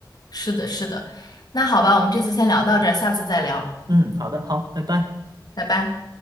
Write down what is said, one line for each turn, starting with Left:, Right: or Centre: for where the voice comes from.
Left: 是的，是的。那好吧，我们这次先聊到这儿，下次再聊，
Right: <laughs> 嗯，好的，好，拜拜。
Left: 拜拜。